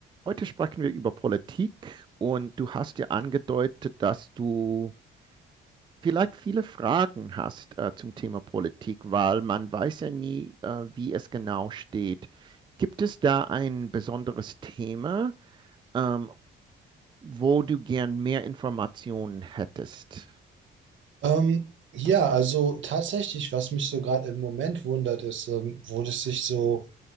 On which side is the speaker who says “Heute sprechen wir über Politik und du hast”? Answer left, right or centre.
Right